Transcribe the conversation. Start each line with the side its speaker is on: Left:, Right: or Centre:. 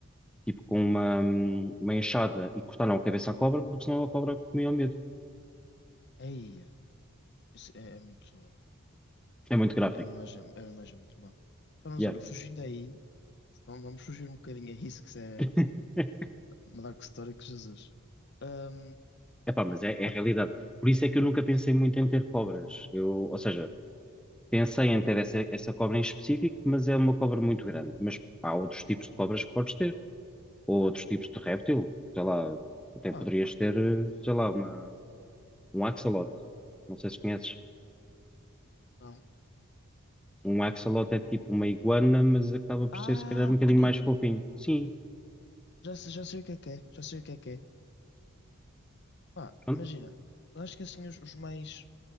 Centre: tipo, com uma, hum, uma enxada e cortaram a cabeça à cobra, porque senão a cobra comia o medo.
Left: Eia. Isso é, é muito.
Centre: É muito gráfico.
Left: É uma imagem, é uma imagem muito má. Então, Mas
Centre: Yeah.
Left: olha, fugindo aí, vamos vamos fugir um bocadinho a isso, que isso é
Centre: <laughs>
Left: uma dark story que Jesus. Ahm,
Centre: Epá, mas é, é
Left: pá,
Centre: a realidade. Por isso é que eu nunca pensei
Left: sim.
Centre: muito em ter cobras. Eu, ou seja, pensei em ter essa, essa cobra em específico, mas é uma cobra muito grande. Mas há outros tipos de cobras que podes ter, ou outros tipos de réptil. Sei lá, até poderias
Left: Ah,
Centre: ter, eh, sei lá, uma, um axolote. Não sei se conheces.
Left: não.
Centre: Um axolote é tipo uma iguana, mas acaba por
Left: Ah,
Centre: ser se calhar um bocadinho
Left: pequenino.
Centre: mais fofinho. Sim,
Left: Já, sei- já sei o que é que é. Já sei o que é que é. Pá,
Centre: pronto.
Left: imagina, eu acho que assim os, os mais,